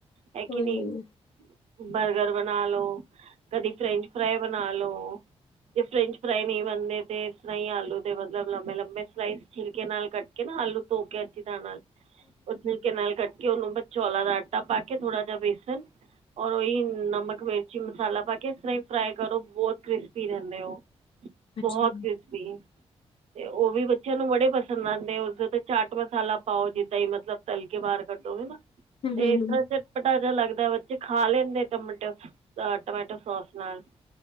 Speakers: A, on the right (about 75°); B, on the left (about 55°).
A: ਹੈ
B: ਹਮ
A: ਕਿ ਨਹੀਂ ਬਰਗਰ ਬਣਾ ਲੋ, ਕਦੀ ਫਰੈਂਚ ਫ੍ਰਾਈ ਬਣਾ ਲੋ ਜੇ ਫਰੈਂਚ ਫਰਾਈ ਨਹੀਂ ਬਣਦੇ ਤੇ ਇਸ ਤਰ੍ਹਾਂ ਹੀ ਆਲੂ ਦੇ ਮਤਲਬ ਲੰਮੇ ਲੰਬੇ ਸਲਾਈਸ ਛਿਲਕੇ ਨਾਲ ਕੱਟ ਕੇ ਨਾ ਆਲੂ ਧੋ ਕੇ ਅੱਛੀ ਤਰਾਂ ਨਾਲ, ਉਹ ਛਿਲਕੇ ਨਾਲ ਕੱਟ ਕਿ ਉਹਨੂੰ ਮੈਂ ਚੌਲਾ ਦਾ ਆਟਾ ਪਾ ਕੇ ਥੋੜਾ ਜਿਹਾ ਬੇਸਣ ਔਰ ਉਹੀ ਨਮਕ, ਮਿਰਚੀ ਮਸਾਲਾ ਪਾ ਕੇ ਇਸ ਤਰ੍ਹਾਂ ਹੀ ਫਰਾਈ ਕਰੋ ਬਹੁਤ ਕ੍ਰਿਸਪੀ ਰਹਿੰਦੇ ਉਹ
B: ਅੱਛਾ
A: ਬਹੁਤ
B: ਹਮ
A: ਕਿਰਸਪੀ ਤੇ ਉਹ ਵੀ ਬੱਚਿਆਂ ਨੂੰ ਬੜੇ ਪਸੰਦ ਆਉਂਦੇ ਉਸਦੇ ਤੇ ਚਾਟ ਮਸਾਲਾ ਪਾਓ ਜਿੱਦਾਂ ਹੀ ਮਤਲਬ ਤਲ ਕੇ ਬਾਹਰ ਕੱਢੋ ਵੀ ਨਾ, ਤੇ
B: ਹਮ
A: ਇਸ
B: ਹਮ
A: ਤਰ੍ਹਾਂ 'ਚ ਪਟਾਜ਼ਾ ਲੱਗਦਾ, ਬੱਚੇ ਖਾ ਲੈਂਦੇ ਟਮਾਟੋ, ਟਮਾਟੋ ਸੋਸ ਨਾਲ